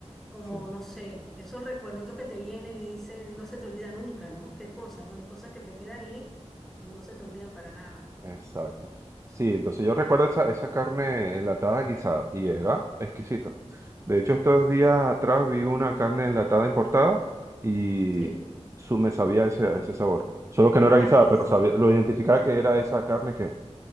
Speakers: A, in the centre; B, on the right.
A: como,
B: sí,
A: no sé, esos recuerditos que te vienen y dices, no se te olvida nunca, ¿no? ¿Qué cosa, no? Hay cosas que te quedan y no se te olvidan para nada.
B: exacto. Sí, entonces yo recuerdo
A: Para nada.
B: esa, esa carne enlatada guisada y era exquisita. De hecho, estos días atrás vi una carne enlatada importada y
A: Sí.
B: su, me sabía ese, ese sabor. Solo que no era
A: Ah,
B: guisada,
A: te,
B: pero sabía, lo identificaba que era esa carne que